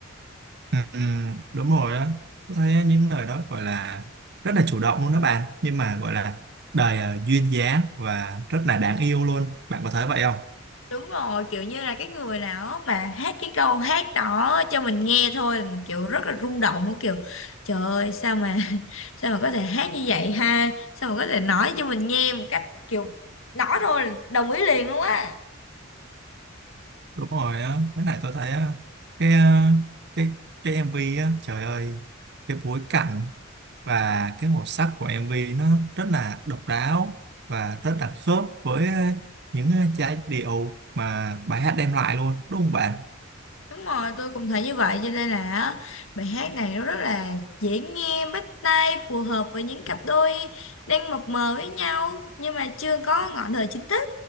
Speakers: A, on the right (about 55°); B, on the left (about 70°).
A: ừ, ừ, đúng rồi á tôi thấy những lời đó gọi là rất là chủ động luôn đó bạn nhưng mà gọi là đầy à, duyên dáng và rất là đáng yêu luôn bạn có thấy vậy không
B: Đúng rồi, kiểu như là cái người nào mà hát cái câu hát đó cho mình nghe thôi là mình kiểu rất là rung động luôn, kiểu trời ơi sao mà <laughs> sao mà có thể hát như vậy ha, sao mà có thể nói cho mình nghe một cách kiểu nói thôi là đồng ý liền luôn á.
A: đúng rồi á với lại tôi thấy á cái ờ, cái cái MV á trời ơi cái bối cảnh và cái màu sắc của MV nó rất là độc đáo và rất là khớp với ờ, những ờ, giai điệu mà bài hát đem lại luôn đúng không bạn
B: Đúng rồi, tôi cũng thấy như vậy cho nên là á, bài hát này nó rất là dễ nghe, bắt tai, phù hợp với những cặp đôi đang mập mờ với nhau nhưng mà chưa có ngọn đời chính thức.